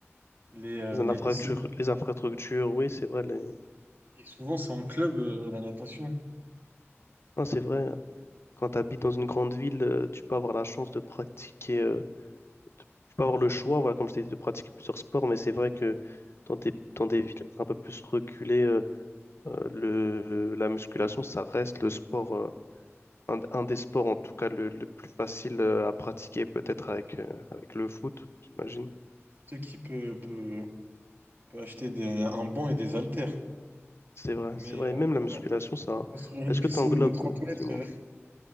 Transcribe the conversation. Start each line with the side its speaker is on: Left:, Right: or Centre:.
Right: les, euh,
Left: les infrastructures,
Right: les piscines.
Left: les infrastructures, oui, c'est vrai. Les...
Right: Et souvent, c'est en club, euh, la natation.
Left: Non, c'est vrai. Quand tu habites dans une grande ville, euh, tu peux avoir la chance de pratiquer, euh, de- tu peux avoir le choix, voilà, comme je t'ai dit, de pratiquer plusieurs sports, mais c'est vrai que dans des, dans des villes un peu plus reculées, euh, euh, le, la musculation, ça reste le sport, euh, un, un des sports en tout cas le, le plus facile euh, à pratiquer, peut-être avec, euh, avec le foot, j'imagine.
Right: N'importe qui peut, peut, peut acheter des- un banc et des haltères,
Left: C'est vrai,
Right: mais
Left: c'est vrai. Et même
Right: euh,
Left: la musculation, ça.
Right: construire une
Left: Est-ce
Right: piscine
Left: que tu englobes,
Right: de 30
Left: euh,
Right: mètres,
Left: du moins?
Right: euh,